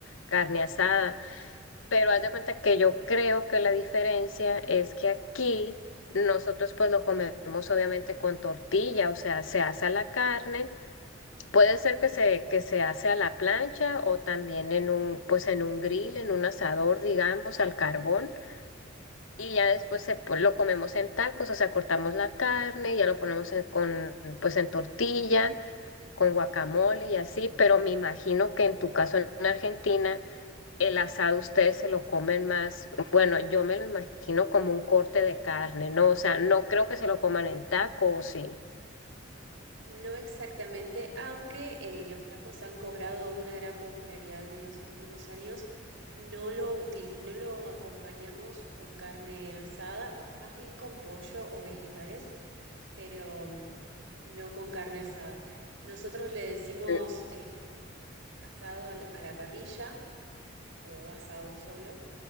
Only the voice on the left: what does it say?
carne asada. Pero haz de cuenta que yo creo que la diferencia es que aquí nosotros pues lo comemos obviamente con tortilla, o sea, se asa la carne. Puede ser que se, que se hace a la plancha o también en un, pues en un grill, en un asador, digamos, al carbón. Y ya después se, po- lo comemos en tacos, o sea, cortamos la carne, ya lo ponemos en- con, pues en tortilla, con guacamole y así. Pero me imagino que en tu caso en Argentina el asado ustedes se lo comen más, bueno, yo me lo imagino como un corte de carne, ¿no? O sea, no creo que se lo coman en taco, ¿o sí.
Mm,